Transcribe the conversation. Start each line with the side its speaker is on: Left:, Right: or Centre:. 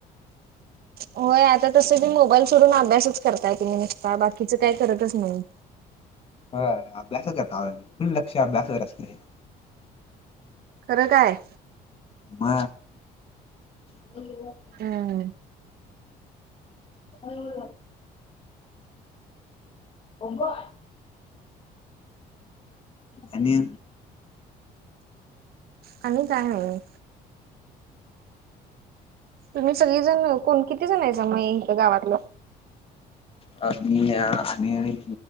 Right: होय आता तस बी मोबाईल सोडून अभ्यासच करताय तुम्ही बा बाकीचं काय करतच नाही.
Left: ह अभ्यास करता आ फुल लक्ष अभ्यासाकडे असते.
Right: खरं काय..
Left: म.. ह <unintelligible>
Right: हम्म..
Left: हो <unintelligible> <unintelligible> आणि..
Right: आणि काय हवं आहे. तुम्ही सगळीजण कोण किती जणय मग गावातलं.
Left: अ म आणि